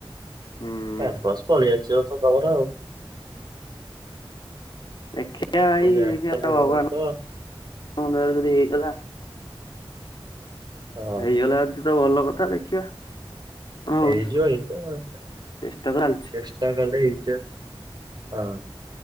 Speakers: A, on the left; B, on the right.
A: ହୁଁ।
B: କ୍ୟାମ୍ପସ୍ ପଳି ଆସିବ ତ ତମର ଆଉ।
A: ଦେଖିଆ ଏଇ
B: ବ୍ୟାକ୍
A: ଦେଖିଆ
B: ତ ଲାଗୁନଥିବ
A: ଭଗବାନଙ୍କ ଦୟାରୁ ଯଦି ହେଇଗଲା
B: ହଁ।
A: ହେଇଗଲା ଯଦି ତ ଭଲ କଥା ଦେଖିବା। କଣ
B: ହେଇଯିବ
A: ହଉଛି
B: ହେଇଯିବ
A: ଚେଷ୍ଟା ତ ଚାଲିଛି
B: ଚେଷ୍ଟା କଲେ ହେଇଯିବ। ହଁ।